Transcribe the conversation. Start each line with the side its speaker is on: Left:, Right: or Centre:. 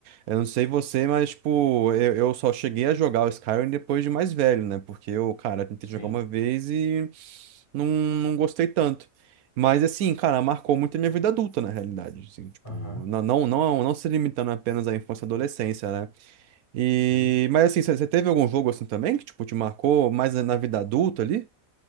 Right: eu não sei você, mas, tipo, eu, eu só cheguei a jogar o Skyrim depois de mais velho, né, porque eu, cara, tentei
Left: sim,
Right: jogar uma vez não, não gostei tanto. Mas assim, cara, marcou muito a minha vida adulta, na realidade. assim, tipo,
Left: aham,
Right: não, não, não, não se limitando apenas à infância e adolescência, né? E,
Left: sim.
Right: mas assim, você teve algum jogo assim também que, tipo, te marcou mais na vida adulta ali?